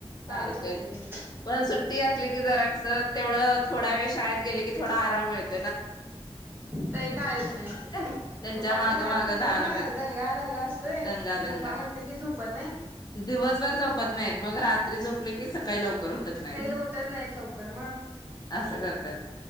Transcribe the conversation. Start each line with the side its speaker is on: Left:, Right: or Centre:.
Right: चालूच
Left: सारख
Right: असते त्यांची
Left: पण सुट्टी असली की जरास तेवढं थोड्या वेळ शाळेत गेले की थोडा आराम मिळतो.
Right: ते कायच नाही
Left: त्यांच्या
Right: दुपाच्या
Left: मागं
Right: घरात
Left: मागं
Right: कसं
Left: धावायला
Right: म
Left: पाहिजे
Right: दंगा दंगा असतोय
Left: दंगा
Right: झोपा
Left: दंगा
Right: म्हटलं की झोपत नाही.
Left: दिवसभर झोपत नाहीत मग रात्री झोपले की का लवकर होत नाही
Right: उठत नाहीत लवकर मग
Left: अस करतात